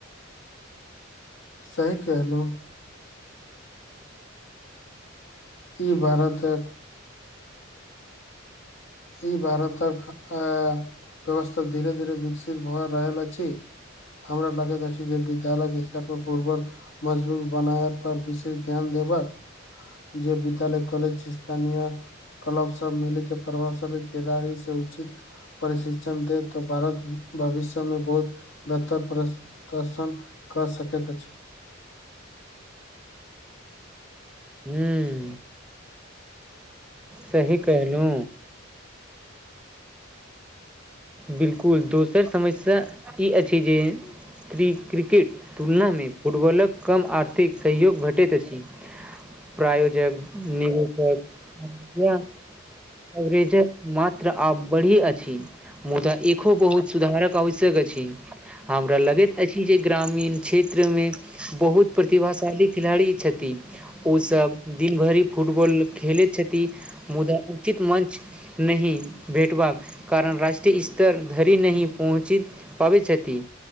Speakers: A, on the left; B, in the centre.
A: सही केहलु ई भारतक ई भारतक अ व्यवस्था धीरे धीर विकसित भ रहल अछि हमरा लागैत अछि जे विद्यालय इस्तर पर फूटबॉल मजबूर बनाय पर विशेष ध्यान देबक जे विद्यालय कॉलेज स्थानीय क्लब सब मिले के प्रवास खेलाड़ी सब उचित प्रशिक्षण दे तऽ भारत भविष्यमे बहुत बेहतर परस तसन क सकैत अछि
B: हूँ सही कहलु बिल्कुल दोसर समस्या ई अछि जे थ्रीरी क्रिकेट तुलनामे फुटबॉलक कम आर्थिक सहयोग भेटैत अछि प्रायोजक निवेशक इ अवरेजक मात्र आब बढ़ी अछि मुदा एखो बहुत सुधारक आवश्यक अछि हमरा लगैत अछि जे ग्रामीण क्षेत्र मे बहुत प्रतिभाशाली खिलाड़ी छथि उसब दिन भरि फुटबॉल खेलैत छथि मुदा मंच नहि भेटबाक कारण रैस <unintelligible> इस्तर धरि नहि पहुँचि पाबै छथि